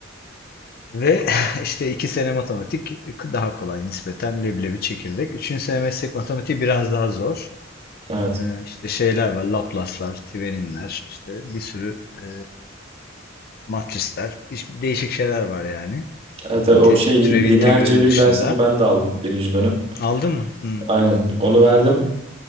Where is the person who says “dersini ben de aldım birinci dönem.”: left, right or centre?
Right